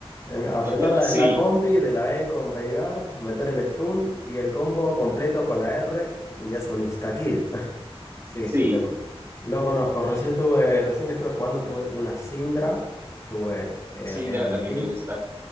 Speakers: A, on the left; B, on the right.
A: Em, Apretar
B: <laughs>
A: la, la combi de la E con Veigar, meter el stun y el combo completo con la R y es un insta-kill. <laughs> Sí,
B: Sí,
A: sí, loco. Lo conozco. Recién tuve, recién que estuve jugando tuve una Syndra. Tuve, era,
B: Syndra
A: era en
B: también
A: mi team.
B: me gusta.